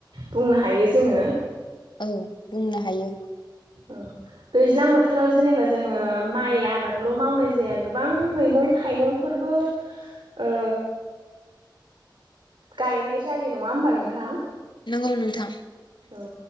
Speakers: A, on the right (about 80°); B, on the left (about 70°).
A: बुंनो हायो जोङो।
B: औ बुंनो हायो।
A: ओ दैज्लां बोथोराव जेनेबा जोङो माइ आबादल' मावनाय जाया गोबां मैगं थाइगंफोरबो ओ गायनाय जायो। नङा होमबा नोंथां?
B: नोंगौ नोंथां।
A: औ